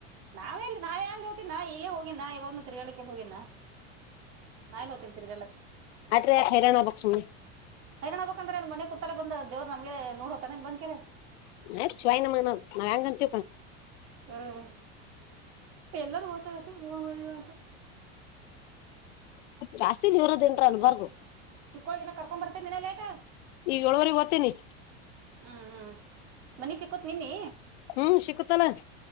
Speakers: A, on the right (about 45°); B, on the left (about 80°).
A: ನಾವೆಲ್ಲಿ ನಾ ಎಲ್ಲಿ ಹ್ತಿನಿ ಈಗ ಹೋಗೇಿನಾ ಇವಾಗನು ತಿರಿಗಳಿಕ ಹೋಗೇಾ ನಾಗ್ ಹೋಗತೀನಿ ತಿರ್ಗಲ್ಲತ್ತ
B: ಅಟ್ರೆ ಹೈರಾಣ ಪಕ್ಷಣ
A: ಹೈನಣ್ಣ ಬಬೇಕಂದ್ರೆನ್ ಮನೆಗ್ ಕೂತ್ತೇ ಬಂದ ದೇವ್ ನಮಗೆ ನೋಡೋತಾನ ಬಂದಕೀರಿ
B: ನ ಶಿವಾಯನ ಮ ನಾ ಹೆಯಾಂಗಂತ
A: ಹ್ಮ್ ಎಲ್ಲಾರೂ ಓತಾರತಿ ಹೋಗುವಷ
B: ಜಾಸ್ತಿ ದ ಇವರದ ಟರ ಅಲ್ಲಿ ಬಾರದು
A: ಚಕ್ಕಳಗಿನ ಕರ್ಕೊಂಡ ಬರ್ತನಾ ಲೇಟ
B: ಈಗ ಒಳವರೆಗೆ ಗತ್ತೇನೆ
A: ಹ್ಮ್ ಹ್ಮ್ ಮನಿ ಸಿಕೋತ್ ನಿನ್ನಿ
B: ಹ್ಮ್ ಸಿಕುತ್ತಲ್ಲ